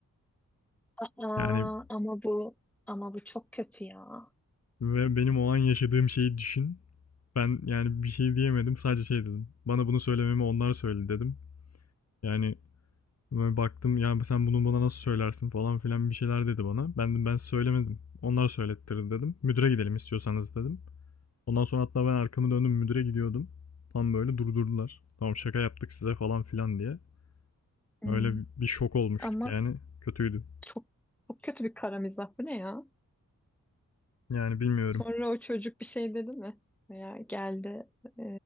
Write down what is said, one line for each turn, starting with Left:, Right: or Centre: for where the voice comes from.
Centre: Aa,
Left: Yani
Centre: ama bu ama bu çok kötü ya.
Left: Ve benim o an yaşadığım şeyi düşün. Ben yani bir şey diyemedim. Sadece şey dedim. Bana bunu söylememi onlar söyledi dedim. Yani ben baktım ya sen bunu bana nasıl söylersin falan filan bir şeyler dedi bana. Ben de ben söylemedim. Onlar söylettirdi dedim. Müdüre gidelim istiyorsanız dedim. Ondan sonra hatta ben arkamı döndüm müdüre gidiyordum. Tam böyle durdurdular. Tamam şaka yaptık size falan filan diye.
Centre: Hmm.
Left: Öyle bir şok olmuştuk
Centre: Ama
Left: yani. Kötüydü.
Centre: çok çok kötü bir kara mizah. Bu ne ya?
Left: Yani bilmiyorum.
Centre: Sonra o çocuk bir şey dedi mi? Veya geldi e,